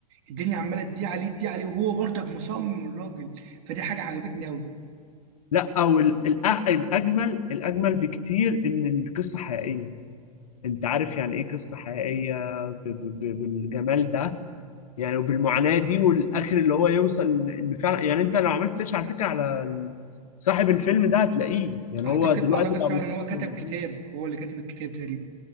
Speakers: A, on the right (about 50°); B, on the left (about 65°).
A: الدنيا عمالة تضيق عليه تضيق عليه وهو برضك مصمم الراجل فدي حاجة عجبتني أوي
B: لا او ال- الأ- الاجمل الاجمل بكتير ان القصه حقيقيه انت عارف يعني ايه قصه حقيقيه ب... ب... ب... بالجمال ده يعني وبالمعاناه دي والاخر اللي هو يوصل ان فعلا يعني انت لو عملت سيرش على فكره على ال- صاحب الفيلم ده هتلاقيه يعني
A: أعتقد
B: هو دلوقتي
A: أعتقد
B: بقى
A: فعلا
B: مستثمر
A: هو كتب كتاب هو اللي كاتب الكتاب تقريبا